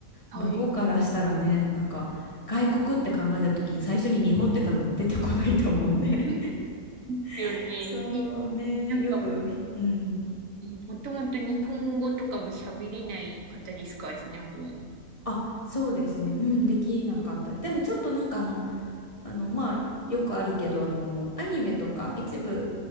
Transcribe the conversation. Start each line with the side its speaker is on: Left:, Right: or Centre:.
Right: はい。
Left: 向こうからしたらね、なんか外国って考えた時に最初に日本って多分出てこないと思うんで。
Right: ですよね。
Left: <laughs> そうね、
Right: え、なんか、
Left: よく、
Right: も、
Left: うん。
Right: もともと日本語とかも喋れない方ですかちなみに。
Left: あ、そうですね。うん、できなかったです。
Right: え
Left: でもちょっとなんかあの、あの、まあ、よくあるけど、あの、アニメとか一部